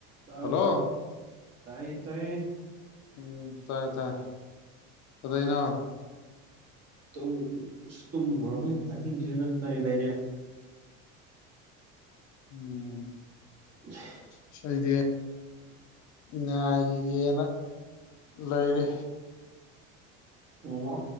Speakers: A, on the right; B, on the left.
A: ꯇꯥꯕ꯭ꯔꯣ
B: hello
A: ꯇꯥꯏꯌꯦ ꯇꯥꯏꯌꯦ
B: ꯎꯝ ꯇꯥꯏꯌꯦ ꯇꯥꯏꯌꯦ ꯀꯗꯩꯅꯣ <inaudible>
A: ꯇꯨꯝ ꯑꯁ ꯇꯨꯝꯃꯨꯔꯝꯅꯤꯅꯦ ꯑꯍꯤꯡꯖꯤꯅ ꯅꯪ ꯀꯔꯤ ꯂꯩꯔꯦ
B: ꯎꯝ
A: <inaudible>
B: ꯏꯁꯩꯗꯤ ꯉꯥꯏꯒꯤꯒꯦꯅ ꯂꯩꯔꯤ
A: ꯋꯥ